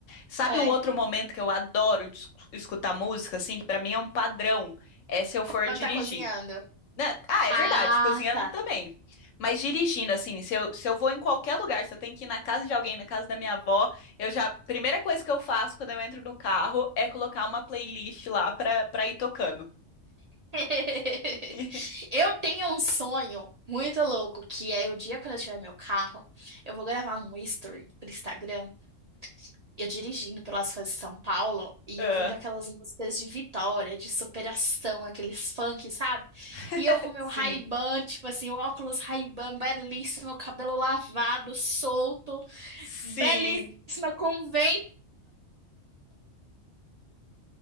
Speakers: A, on the left; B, on the right.
A: Sabe
B: É,
A: um outro momento que eu adoro de escu- escutar música, assim, que pra mim é um padrão, é se eu for
B: quando
A: dirigir.
B: tá cozinhando.
A: Né? Ah, é
B: Ah,
A: verdade, cozinhando
B: tá.
A: também. Mas dirigindo, assim, se eu, se eu vou em qualquer lugar, se eu tenho que ir na casa de alguém, na casa da minha avó, eu já, primeira coisa que eu faço quando eu entro no carro é colocar uma playlist lá pra, pra ir tocando.
B: <laughs>
A: <laughs>
B: Eu tenho um sonho muito louco, que é o dia quando eu tiver meu carro, eu vou gravar um history pro Instagram. eu dirigindo pelas ruas de São Paulo e
A: Ah,
B: ouvindo aquelas músicas de vitória, de superação, aqueles funk, sabe?
A: <laughs>
B: E eu com meu
A: sim,
B: Ray-Ban, tipo assim, o óculos Ray-Ban belíssimo, meu cabelo lavado, solto,
A: sim.
B: belíssima, com vento